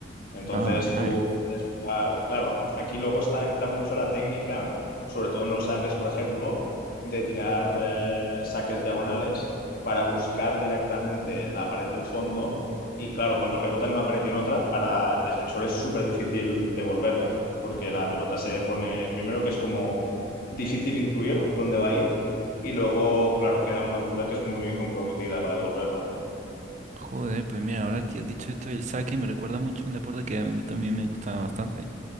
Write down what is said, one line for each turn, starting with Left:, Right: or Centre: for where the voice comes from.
Left: Entonces
Right: Ah, vale.
Left: tú puedes jugar, claro, aquí luego está, entra mucho la técnica, sobre todo en los saques, por ejemplo, de tirar eh, saques diagonales para buscar directamente la pared del fondo y claro, cuando rebota en una pared y en otra, para el defensor es súper difícil devolverla, porque la pelota se pone, primero que es como difícil intuir dónde va a ir y luego, claro, queda a una altura que es muy comprometida para devolverla.
Right: Joder, pues mira, ahora que has dicho esto del saque, me recuerda mucho a un deporte que a mí también me gusta bastante.